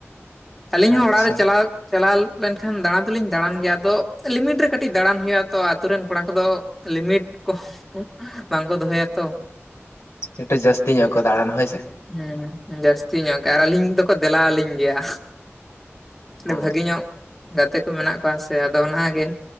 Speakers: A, in the centre; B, on the left (about 75°).
A: ᱟᱹᱞᱤᱧ
B: ᱟᱪᱪᱷᱟ
A: ᱦᱚᱸ ᱚᱲᱟᱜ ᱨᱮ ᱪᱟᱞᱟᱣ ᱪᱟᱞᱟᱣ ᱞᱮᱱᱠᱷᱟᱱ ᱫᱟᱬᱟᱱ ᱫᱚᱞᱤᱧ ᱫᱟᱬᱟᱱ ᱜᱮᱭᱟ ᱟᱫᱚ ᱞᱤᱢᱤᱴ ᱨᱮ ᱠᱟᱹᱴᱤᱡ ᱫᱟᱬᱟᱱ ᱦᱩᱭᱩᱜᱼᱟ ᱛᱚ ᱟᱛᱳ ᱨᱮᱱ ᱠᱚᱲᱟ ᱠᱚᱫᱚ ᱞᱤᱢᱤᱴ ᱠᱚ ᱵᱟᱝᱠᱚ ᱫᱚᱦᱚᱭᱟ ᱛᱚ
B: ᱮᱴᱩ ᱡᱟᱹᱥᱛᱤ ᱧᱚᱜ ᱠᱚ ᱫᱟᱬᱟᱱᱟ ᱦᱳᱭ ᱥᱮ
A: ᱩᱸ ᱦᱩᱸ ᱡᱟᱹᱥᱛᱤ ᱧᱚᱜ ᱜᱮ ᱟᱨ ᱟᱹᱞᱤᱧ ᱫᱚᱠᱚ ᱫᱮᱞᱟ ᱟᱹᱞᱤᱧ ᱜᱮᱭᱟ
B: ᱚ
A: ᱵᱷᱟᱹᱜᱤ ᱧᱚᱜ ᱜᱟᱛᱮ ᱠᱚ ᱢᱮᱱᱟᱜ ᱠᱚᱣᱟ ᱥᱮ ᱟᱫᱚ ᱚᱱᱟ ᱜᱮ